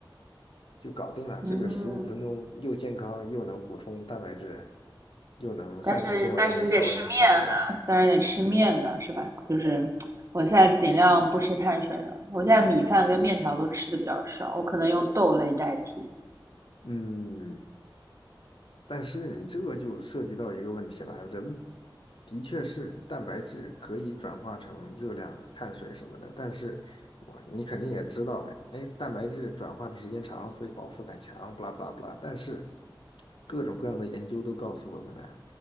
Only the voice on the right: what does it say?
嗯
但是但是你得吃面啊，但是得吃面呢，是吧？就是我现在尽量不吃碳水了，我现在米饭跟面条都吃的比较少，我可能用豆类代替。